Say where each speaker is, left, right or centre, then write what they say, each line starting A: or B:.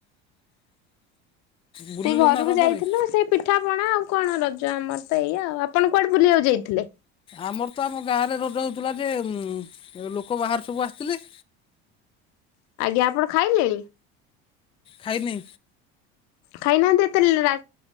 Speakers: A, on the left; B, on the left.
A: ବୁଲିଲ
B: ସେ ଘରକୁ
A: ନା ରଜରେ?
B: ଯାଇଥିଲୁ ସେ ପିଠା ପଣା ଆଉ କଣ ରଜ ଆମର ତ ଏୟା ଆଉ ଆପଣ କୁଆଡେ ବୁଲିବାକୁ ଯାଇଥିଲେ?
A: ଆମର ତ ଆମ ଗାଁରେ ରଜ ହଉଥିଲା ଯେ ଲୋକ ବାହାରୁ ସବୁ ଆସିଥିଲେ।
B: <unintelligible> ଆଜ୍ଞା ଆପଣ ଖାଇଲେଣି?
A: ଖାଇନି।
B: ଖାଇନାହାନ୍ତି ଏତେ ଲେ ରା